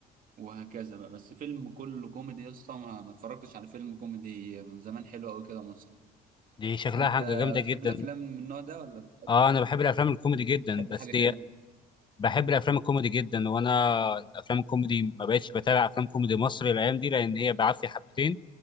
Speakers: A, on the right; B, on the left.
A: وهكذا بقى بس فيلم كله كوميدي يا اسطى ما ما اتفرجتش على فيلم كوميدي من زمان حلو قوي كده مصري
B: دي شكلها
A: انت
B: حاجه جامده
A: بتحب
B: جدا
A: الافلام من النوع ده ولا بتحب
B: اه انا بحب الافلام الكوميدي جدا
A: بتحب
B: بس
A: حاجه
B: دي
A: تانية
B: بحب الافلام الكوميدي جدا وانا الافلام الكوميدي ما بقتش بتابع افلام كوميدي مصري الايام دي لان هي بعافيه حبتين